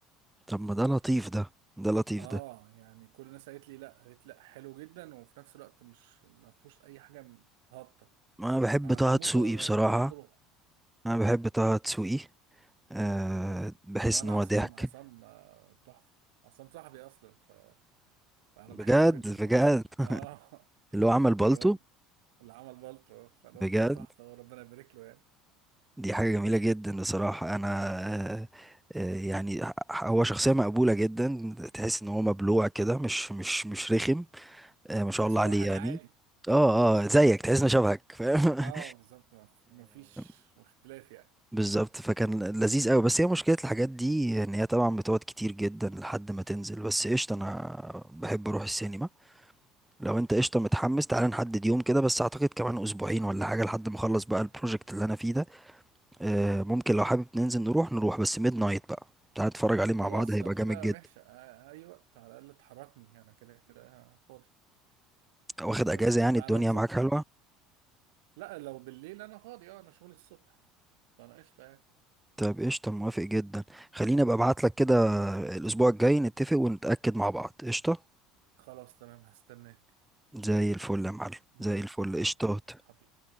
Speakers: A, in the centre; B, on the right (about 90°).
A: طب ما ده لطيف ده ده لطيف
B: اه
A: ده
B: يعني كل الناس قالت لي لا قالت لا حلو جدا وفي نفس الوقت مش ما فيهوش اي حاجه م- هابطه
A: ما انا بحب
B: انا
A: طه
B: هموت
A: دسوقي
B: آه،
A: بصراحة
B: هموت اروح
A: انا بحب طه دسوقي أه
B: آه.
A: بحس
B: وانا
A: ان هو
B: عصام
A: ضحك
B: عصام آه، تحفه عصام صاحبي اصلا ف- فانا بحبه
A: بجد
B: جدا هو
A: بجد
B: ده ها.
A: <laughs>
B: اه
A: اللي
B: <laughs>
A: هو عمل
B: فالواد
A: بالطو
B: اللي عمل بلطو فالواد
A: بجد
B: ده تحفه وربنا يبارك له يعني
A: دي حاجة جميلة جدا بصراحة انا أه آه، يعني ح- هو شخصية مقبولة جدا تحس ان هو مبلوع كده مش مش مش رخم أه ما
B: وتحس
A: شاء الله
B: ان
A: عليه
B: واحد
A: يعني
B: عادي
A: اه اه زيك تحس انه شبهك فاهم
B: اه بالظبط ما ما فيش
A: <laughs>
B: اختلاف يعني
A: بالظبط فكان لذيذ قوي بس هي مشكلة الحاجات دي ان هي طبعا بتقعد كتير جدا لحد ما تنزل بس قشطة انا بحب اروح السينما لو انت قشطة متحمس تعالى نحدد يوم كده بس اعتقد كمان اسبوعين ولا حاجة لحد ما اخلص بقى البروجكت اللي انا فيه ده آه، ممكن لو حابب ننزل نروح نروح بس ميد نايت بقى تعالى نتفرج عليه مع
B: خلاص
A: بعض هيبقى
B: لو كده
A: جامد جدا
B: ماشي آه، اي وقت على الاقل تحركني انا كده كده فاضي
A: واخد اجازة
B: فلو كده
A: يعني
B: تعالى
A: الدنيا
B: نظبط
A: معاك حلوة
B: لا لو بالليل انا فاضي اه انا شغلي الصبح فانا قشطه يعني
A: طيب قشطة موافق جدا خليني ابقى ابعت لك كده الاسبوع الجاي نتفق ونتأكد مع بعض قشطة
B: خلاص تمام هستناك
A: زي الفل يا معلم
B: ماشي
A: زي الفل
B: اوكي
A: قشطات
B: يا صاحبي حبيبي